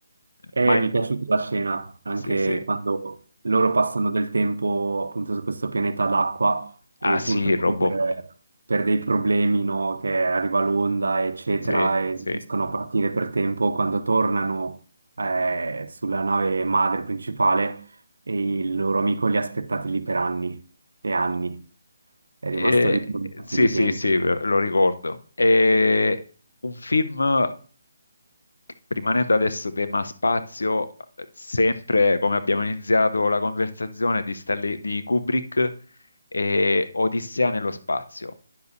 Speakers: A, on the right; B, on the left.
A: eh,
B: Mind-
A: mi è piaciuta la scena, anche
B: Sì, sì.
A: quando loro passano del tempo appunto su questo pianeta d'acqua e
B: Ah sì,
A: purtroppo
B: il robot.
A: per, per dei problemi, no, che arriva l'onda, eccetera,
B: Sì,
A: e
B: sì.
A: non riescono a partire per tempo, quando tornano eh, sulla nave madre principale e il loro amico li ha aspettati lì per anni e anni, è rimasto
B: Eh,
A: lì per un sacco
B: sì,
A: di
B: sì,
A: tempo.
B: sì, lo ricordo. È un film Rimanendo adesso tema spazio, eh, sempre come abbiamo iniziato la conversazione di, Stanley- di Kubrick, e Odissea nello spazio.